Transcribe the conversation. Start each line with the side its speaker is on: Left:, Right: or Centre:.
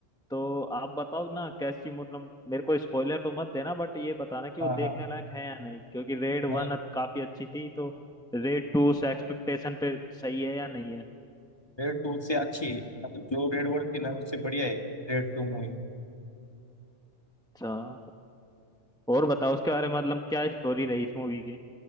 Centre: तो आप बताओ ना कैसी मतलब मेरे को स्पॉइलर तो मत देना बट ये बताना कि
Left: हाँ
Centre: वो देखने
Left: हाँ
Centre: लायक है या नहीं क्योंकि रेड वन
Left: नहीं
Centre: काफी अच्छी थी तो रेड टू उस एक्सपेक्टेशन पे सही है या नहीं है
Left: रेड टू से अच्छी है मतलब जो रेड वर्ल्ड की ना उससे बढ़िया है रेड टू मूवी
Centre: अच्छा और बताओ उसके बारे में मतलब क्या स्टोरी रही इस मूवी की